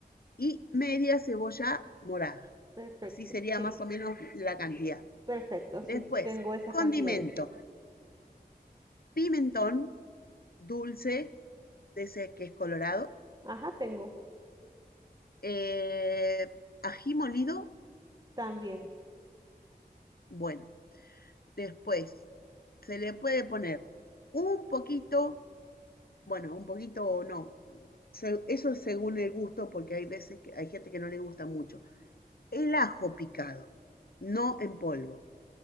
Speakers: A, on the left; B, on the right.
A: y media cebolla morada.
B: Perfecto,
A: Así sería
B: sí,
A: más o menos la cantidad.
B: perfecto,
A: Después,
B: sí, tengo esas
A: condimento,
B: cantidades.
A: pimentón dulce, de ese que es colorado,
B: Ajá, tengo,
A: eh, ají molido,
B: también.
A: bueno, después se le puede poner un poquito Bueno, un poquito o no. Se- eso es según el gusto, porque hay veces que hay gente que no le gusta mucho. El ajo picado, no en polvo.